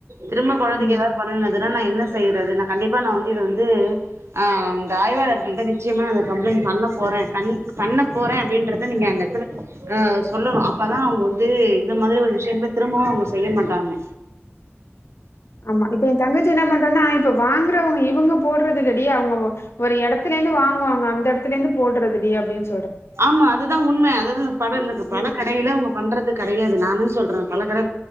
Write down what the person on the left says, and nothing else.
ம்.
ஆமா இப்ப என் தங்கச்சி என்ன பண்றான்னா இப்ப வாங்கறவங்க இவுங்க போல போட்றது இல்லடி அவுங்க ஒரு எடத்தல இருந்து வாங்க வாங்வாங்க அந்த எடத்துல இருந்து போட்றது டி அப்படின்
ம்,